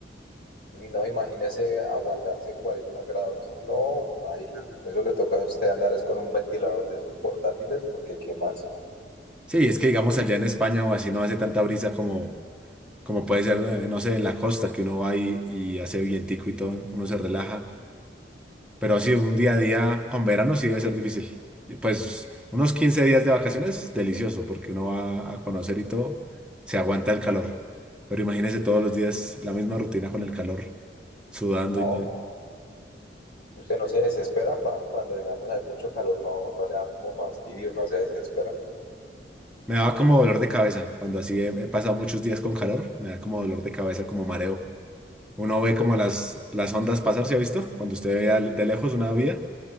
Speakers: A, on the left; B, in the centre.
A: Y no, imagínese aguantarse 40 grados. No, baila. Eso le toca a usted andar es con un ventilador de esos portátiles, porque ¿qué más?
B: Sí, es que digamos allá en España o así no hace tanta brisa como, como puede ser, eh, no sé, en la costa que uno va y, y hace vientico y todo, uno se relaja. Pero sí, un día a día con verano sí debe ser difícil. Pues unos 15 días de vacaciones, delicioso, porque uno va a conocer y todo, se aguanta el calor. Pero imagínese todos los días la misma rutina con el calor, sudando
A: No,
B: y todo.
A: ¿Usted no se desespera, pa? Cuando, digamos, hay mucho calor, no, no le da como fastidio, no se desespera.
B: Me daba como dolor de cabeza. Cuando así he, he pasado muchos días con calor, me da como dolor de cabeza, como mareo. Uno ve como las, las ondas pasar, ¿se ha visto? Cuando usted ve al- de lejos una vía,